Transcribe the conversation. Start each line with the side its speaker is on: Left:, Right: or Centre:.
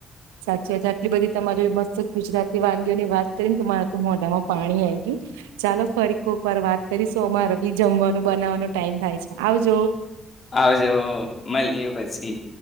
Right: સાચી વાત આટલી બધી તમારી મસ્ત ગુજરાતી વાનગીઓ ની વાત કરીનેરા તો મોઢામાં પાણી આવી ગયું ચાલો ફરી કોક વાર વાત કરી સોમારે બી જમવાનું બનાવવાનો ટાઈમ થાય છે આવજ
Left: આવજો મળીએ પછી